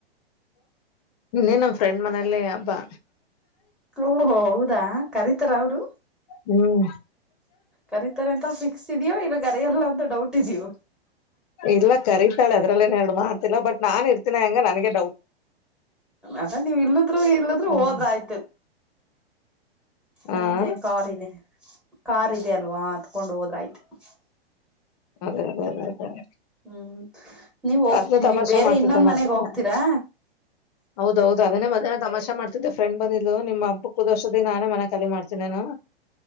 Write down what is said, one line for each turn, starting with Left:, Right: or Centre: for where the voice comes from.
Left: ಇನ್ನೇನ್ ನಮ್ಮ ಫ್ರೆಂಡ್ ಮನೆಲೆ ಹಬ್ಬಾ.
Centre: ಓಹೋ ಹೌದಾ ಕರೀತಾರ ಅವರು.
Left: ಹ್ಮ್
Centre: ಕರೀತಾರೆ ಅಂತ ಫಿಕ್ಸ್ ಇದೆಯೋ ಇಲ್ಲ ಕರೆಯಲ್ಲ ಅಂತ ಡೌಟ್ ಇದೆಯೋ
Left: ಇಲ್ಲ ಕರೀತಾಳೆ ಅದ್ರಲ್ಲೇನ್ ಹೇಳ ಮಾತಿಲ್ಲ ಬಟ್ ನಾನ್ ಇರ್ತೀನಿ ಹೆಂಗ ನನ್ಗೆ
Centre: ಅದ ನೀವ್ ಇಲ್ಲದ್ರು ಇಲ್ಲದ್ರು
Left: ಹ್ಮ್
Centre: ಹೋದ್ರ್ ಆಯ್ತ್. ನಿಮ್ದೇನ್
Left: ಆ
Centre: ಕಾರ್ ಇದೆ ಕಾರ್ ಇದೆ ಅಲ್ವಾ ಅತ್ಕೊಂಡ್ ಹೋದ್ರ್ ಆಯ್ತು ಅಲ್ವಾ.
Left: ಅದ ಅದ ಅದ ಅದೇ.
Centre: ಹ್ಮ್ ನೀವ್ ಹೋಗ್
Left: ಅದ್ನೇ
Centre: ನೀವ್
Left: ತಮಾಷೆ
Centre: ಬೇರೆ
Left: ಮಾಡ್ತಿದ್ದೆ
Centre: ಇನ್ನೊಂದ್ ಮನೆಗ್
Left: ಮಧ್ಯಾಹ್ನ
Centre: ಹೋಗ್ತೀರಾ.
Left: ಹೌದೌದು ಅದುನೆ ಮಧ್ಯಾನ ತಮಾಷೆ ಮಾಡ್ತಿದ್ದೆ ಫ್ರೆಂಡ್ ಬಂದಿದ್ಲು ನಿಮ್ಮ ಹಬ್ಬ ಕುಕ್ಕುವರ್ಷದಿ ನಾನೇ ಮನೆ ಕಾಲ ಮಾಡ್ತಿನೆನೊ